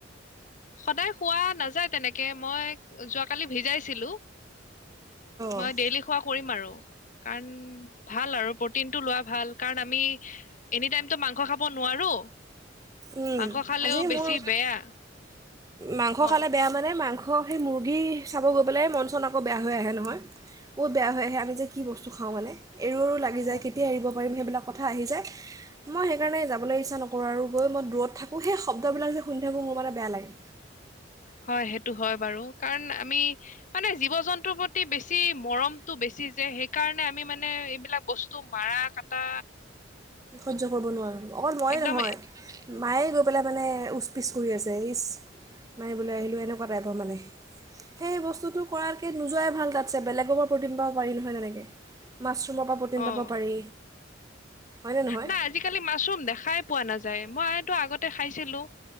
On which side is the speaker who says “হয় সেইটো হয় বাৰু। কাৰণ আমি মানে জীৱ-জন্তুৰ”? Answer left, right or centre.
Left